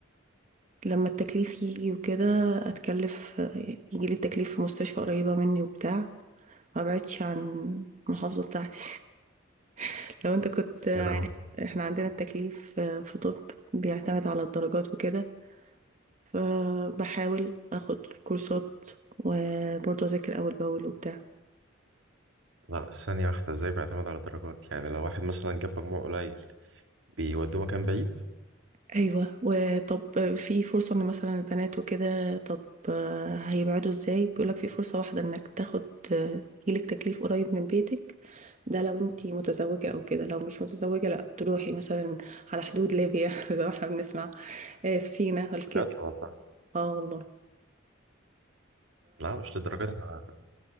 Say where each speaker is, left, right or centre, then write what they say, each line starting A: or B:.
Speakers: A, on the right; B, on the right.
A: لما التكليف يجي وكده اتكلف يجي لي التكليف في مستشفى قريبة مني وبتاع ما بعدش عن المحافظة بتاعتي <laughs> لو انت كنت عارف
B: ايه ده
A: احنا عندنا التكليف في طب بيعتمد على الدرجات وكده فبحاول اخد كورسات وبرضه اذاكر اول باول وبتاع
B: لا ثانيه واحده ازاي بيعتمد على الدرجات يعني لو واحد مثلا جاب مجموع قليل بيودوه مكان بعيد
A: ايوه وطب في فرصة ان مثلا البنات وكده طب آه، هيبعدوا ازاي بيقولك في فرصة واحدة انك تاخد آه، يجيلك تكليف قريب من بيتك ده لو انتي متزوجة او كده لو مش متزوجة لا تروحي مثلا على حدود ليبيا <laughs> زي ما احنا بنسمع آه، في سينا وكده
B: بجد والله
A: اه والله
B: لا مش للدرجات انا